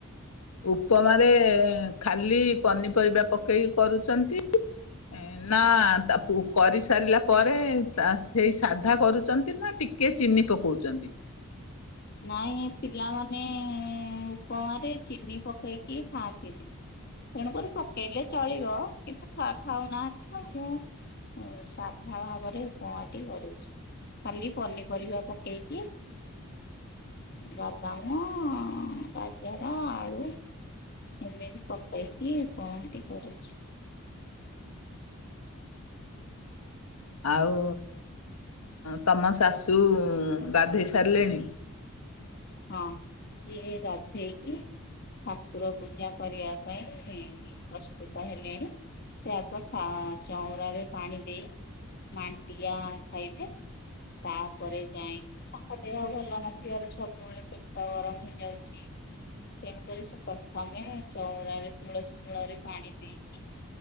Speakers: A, on the left (about 80°); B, on the left (about 45°).
A: ଉପମାରେ ଖାଲି ପନିପରିବା ପକେଇକି କରୁଚନ୍ତି। ଏନ୍ ନା ତା ପୁ କରିସାରିଲା ପରେ ତା ସେଇ ସାଧା କରୁଚନ୍ତି ନା ଟିକେ ଚିନି ପକୋଉଚନ୍ତି।
B: ନାଇଁ ପିଲାମାନେ ଉପମାରେ ଚିନି ପକେଇକି ଖାଆନ୍ତିନି। ତେଣୁକରି ପକେଇଲେ ଚଳିବ କିନ୍ତୁ ଖା ଖାଉନାହାନ୍ତି ତ ମୁଁ ଉଁ ସାଧା ଭାବରେ ଉପମାଟି କରୁଛି। ଖାଲି ପନିପରିବା ପକେଇକି ବାଦାମ ଗାଜର ଆଳୁ ଏମି ବି ପକେଇକି ଉପମାଟି କରୁଛି।
A: ଆଉ ତମ ଶାଶୁ ଗାଧେଇ ସାରିଲେଣି?
B: ହଁ ସିଏ ଗଧେଇକି ଠାକୁର ପୂଜା କରିବା ପାଇଁ ପ୍ରସ୍ତୁତ ହେଲେଣି। ସେ ଆଗ ଚଉଁରା ରେ ପାଣି ଦେଇ ମାଣ୍ଟିଆ ଖାଇବେ ତାପରେ ଯାଇଙ୍କି ତାଙ୍କ ଦେହ ଭଲ ନଥିବାରୁ ସବୁବେଳେ ପେଟ ଗରମ ହେଇଯାଉଛି ତେଣୁକରି ସେ ପ୍ରଥମେ ଚଉଁରାରେ ତୁଳସୀ ମୂଳରେ ପାଣି ଦେଇକି